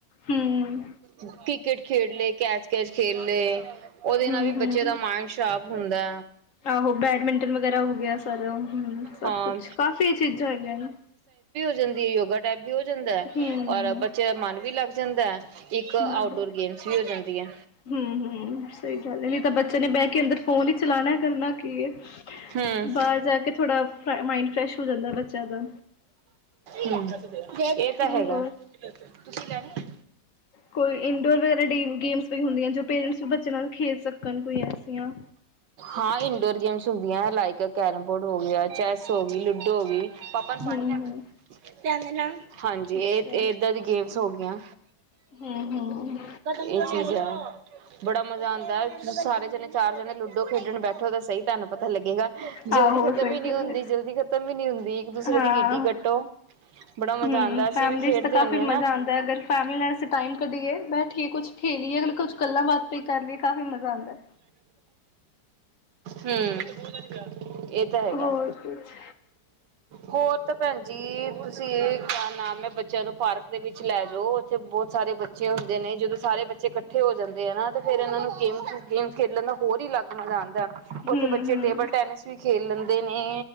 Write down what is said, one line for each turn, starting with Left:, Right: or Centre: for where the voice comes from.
Left: ਹਮ
Right: ਕ੍ਰਿਕੇਟ ਖੇਡ ਲੇ, ਕੈਚ ਕੈਚ ਖੇ ਖੇਲ ਲੇ ਓਦੇ
Left: ਹਮ
Right: ਨਾਲ ਵੀ ਬੱਚੇ
Left: ਹਮ
Right: ਦਾ ਮਾਇੰਡ ਸ਼ਾਰਪ ਹੁੰਦਾ।
Left: ਆਹੋ ਬੈਡਮਿੰਟਨ ਵਗੈਰਾ ਹੋ ਗਿਆ ਸਾਰੇ ਅ ਹੂੰ ਸਭ
Right: ਹਾਂ
Left: ਕੁਛ ਕਾਫ਼ੀ ਚੀਜ਼ਾਂ ਹੈਗੀਆਂ ਨੇ।
Right: ਜਂਦੀ ਐ ਯੋਗਾ ਟਾਈਪ ਵੀ ਹੋ ਜਂਦਾ
Left: ਹਮ
Right: ਔਰ ਬੱਚੇ ਦਾ ਮਨ ਵੀ ਲੱਗ ਜਾਂਦਾ। ਇੱਕ ਆਊਟਡੋਰ
Left: ਆਹੋ
Right: ਗੇਮਸ ਵੀ ਹੋ ਜਾਂਦੀ ਹੈ
Left: ਹੂੰ ਹੂੰ ਸਹੀ ਗੱਲ ਹੈ ਨਹੀਂ ਤਾਂ ਬੱਚਿਆ ਨੇ ਬਹਿ ਕੇ ਅੰਦਰ ਫੋਨ ਹੀ ਚਲਾਣਾ ਕਰਨਾ ਕੀ ਏ
Right: ਹਮ
Left: ਬਾਹਰ ਜਾ ਕੇ ਥੋੜਾ ਮਾਈਡ ਫਰੈਸ਼ ਹੋ ਜਾਂਦਾ ਬੱਚਿਆ ਦਾ।
Right: ਹਮ ਇਹ ਤਾਂ
Left: ਹੋਰ
Right: ਹੈਗਾ। ਤੁਸੀਂ ਲੈਣੇ?
Left: ਕੋਈ ਇੰਡੋਰ ਵਗੈਰਾ ਡੈਮਸ ਗੇਮਸ ਵੀ ਹੁੰਦੀਆਂ ਜੋ ਪੇਰੈਂਟਸ ਵੀ ਬੱਚੇ ਨਾਲ ਖੇਡ ਸਕਣ ਕੋਈ ਐਸੀਆਂ।
Right: ਹਾਂ ਇਨਡੋਰ ਗੇਮਸ ਹੁੰਦੀਆਂ ਹੈ ਲਾਈਕ ਕੈਰਮ ਬੋਰਡ ਹੋ ਗਿਆ ਚੈੱਸ ਹੋ ਗਈ ਲੂਡੋ ਹੋ ਗਈ। ਪਾਪਾ ਨੂੰ ਪਾਣੀ
Left: ਹੂੰ-ਹੂੰ
Right: ਲਿਆ ਕੇ ਦਈ। ਹਾਂਜੀ
Left: ਅੱਛਾ।
Right: ਇਹ ਏਦਾਂ ਦੀ ਗੇਮ ਸ ਹੋ ਗਈਆਂ।
Left: ਹੂੰ-ਹੂੰ
Right: ਇਹ ਚੀਜ਼ ਆ ਬੜਾ ਮਜ਼ਾ ਆਂਦਾ ਸਾਰੇ ਜਣੇ ਚਾਰ ਜਣੇ ਲੁਡ ਡੋ ਖੇਡਣ ਬੈਠੋ ਤਾਂ ਸਹੀ ਤੁਹਾਨੂੰ ਪਤਾ ਲੱਗੇਗਾ। ਜਲਦੀ
Left: ਆਹੋ
Right: ਖਤਮ
Left: ਸਹੀ
Right: ਹੀ ਨੀ
Left: ਗੱਲ
Right: ਹੁੰਦੀ
Left: ਏ
Right: ਜਲਦੀ ਖਤਮ ਹੀ ਨੀ ਹੁੰਦੀ ਇੱਕ ਦੂਸਰੇ
Left: ਹਾਂ।
Right: ਦੀ ਗਿੱਟੀ ਕੱਟੋ। ਬੜਾ ਮਜ਼ਾ
Left: ਹੂੰ,
Right: ਆਉਂਦਾ ਅਸੀਂ
Left: ਫੈਮਲੀ
Right: ਵੀ ਖੇਡਦੇ
Left: ਚ ਤਾਂ ਕਾਫੀ
Right: ਹੁੰਦੇ
Left: ਮਜ਼ਾ
Right: ਨਾ
Left: ਆਂਦਾ ਏ ਅਗਰ ਫੈਮਲੀ ਵਾਸਤੇ ਟਾਈਮ ਕੱਢੀਏ ਬੈਠੀਏ ਕੁਛ ਖੇਲੀਏ। ਕੁਛ ਗੱਲਾਂ ਬਾਤ ਈ ਕਰ ਲਈਏ ਕਾਫ਼ੀ ਮਜ਼ਾ ਆਉਂਦਾ।
Right: ਹੂੰ ਇਹ ਤਾਂ ਹੈਗਾ
Left: ਹੋਰ ਕੁਛ
Right: ਹੋਰ ਤਾਂ ਭੈਣ ਜੀ ਤੁਸੀਂ ਕਯਾ ਨਾਮ ਹੈ ਬੱਚਿਆਂ ਨੂੰ ਪਾਰਕ ਦੇ ਵਿੱਚ ਲੈ ਜਾਓ ਉੱਥੇ ਬਹੁਤ ਸਾਰੇ ਬੱਚੇ ਹੁੰਦੇ ਨੇ ਜਦੋਂ ਸਾਰੇ ਬੱਚੇ ਕਠ ਇਕੱਠੇ ਹੋ ਜਾਂਦੇ ਆ ਨਾ ਤੇ ਫੇਰ ਇਹਨਾਂ ਨੂੰ ਗੇਮਸ ਗੇਮਸ ਖੇਲਣ ਦਾ ਹੋਰ ਹੀ ਅਲੱਗ ਮਜ਼ਾ ਆਉਂਦਾ ਹੈ ਉੱਥੇ
Left: ਹੂੰ-ਹੂੰ,
Right: ਬੱਚੇ ਟੇਬਲ ਟੈਨਿਸ ਵੀ ਖੇਲ ਲੈਂਦੇ ਨੇ